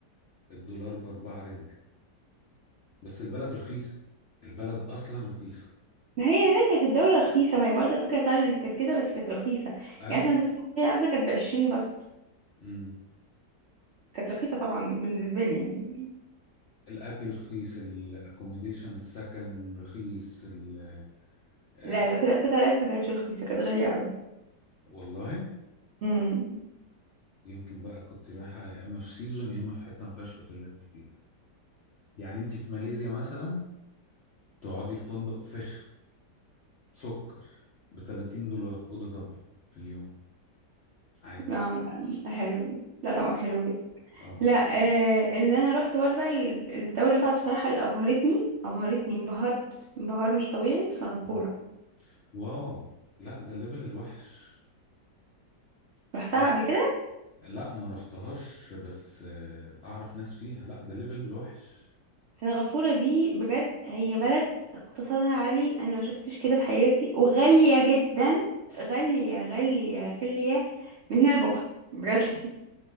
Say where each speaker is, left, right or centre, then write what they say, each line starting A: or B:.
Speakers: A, on the left; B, on the right.
A: الدولار بأربعة رينج بس البلد رخيصة البلد أصلا رخيصة
B: ما هي هناك كانت الدولة رخيصة ما هي برضه فكرة تايلاند كانت كده بس كانت رخيصة
A: أيوة
B: يعني مثلا زي اسكندرية مثلا كانت بعشرين بس
A: امم
B: كانت رخيصة طبعا بالنسبة لي يعني
A: الأكل رخيص الأكوميديشن السكن رخيص ال... آه،
B: لا الأوتيلات في تايلاند ما كانتش رخيصة كانت غالية أوي
A: والله
B: امم
A: يمكن بقى كنت رايحة يا إما في سيزون يا إما في حتة ما فيهاش أوتيلات كتير يعني أنت في ماليزيا مثلا تقعدي في فندق فخم سكر ب 30 دولار أوضة دبل في اليوم عادي
B: اه لا حلو لا طبعا حلو جدا
A: أه
B: لا آه اللي أنا روحت برضه بقى ال- الدولة بقى بصراحة اللي أبهرتني أبهرتني انبهرت انبهار مش طبيعي سنغافورة
A: مم. واو لا ده ليفل الوحش
B: رحتها
A: لا
B: قبل كده
A: لا ما رحتهاش بس آه، أعرف ناس فيها لا ده ليفل الوحش
B: سنغافورة دي بجد هي بلد اقتصادها عالي انا ما شفتش كده في حياتي وغالية جدا غالية غالية غالية من هنا لبكرة بجد